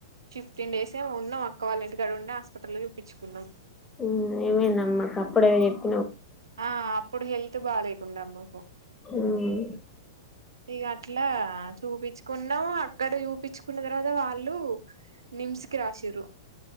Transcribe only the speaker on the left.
మ్మ్ ఏమైందమ్మ అప్పుడే ఇట్
మ్మ్